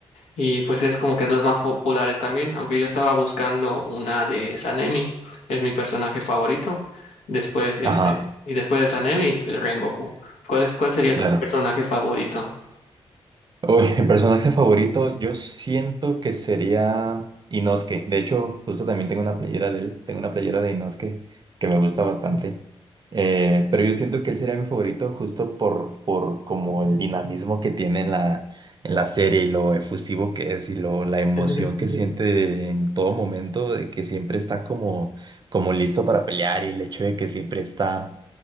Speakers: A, on the left; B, on the right.
A: Y pues es como que de los más populares también, aunque yo estaba buscando una de Sanemi, es mi personaje favorito. Después este,
B: Ajá,
A: y después de Sanemi, pues Rengoku. ¿Cuál es, cuál sería
B: claro.
A: tu personaje favorito?
B: Uy, mi personaje favorito, yo siento que sería Inosuke. De hecho, justo también tengo una playera de él, tengo una playera de Inosuke que me gusta bastante. Eh, pero yo siento que él sería mi favorito justo por, por como el dinamismo que tiene en la, en la serie y lo efusivo que es y lo, la emoción
A: <laughs>
B: que Ujú. siente en todo momento, de que siempre está como, como listo para pelear y el hecho de que siempre está